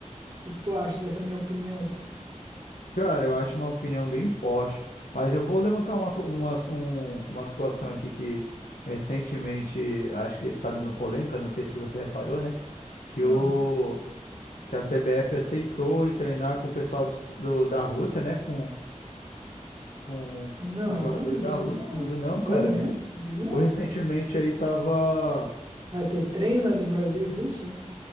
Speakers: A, on the right; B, on the left.
A: que, que tu acha dessa minha opinião, pô?
B: Cara, eu acho uma opinião bem forte, mas eu vou levantar uma, co- uma, um- uma situação aqui que recentemente acho que está dando polêmica, não sei se você reparou, né? Que,
A: Ah,
B: o, que a CBF aceitou em treinar com o pessoal dos- do, da Rússia, né? Com, com,
A: não,
B: com jogadores
A: não vi
B: da
A: isso,
B: Rússia,
A: não.
B: tu não viu não,
A: Foi
B: cara?
A: mesmo? Vi não.
B: Foi recentemente aí tava.
A: Vai ter treino, é do Brasil e Rússia?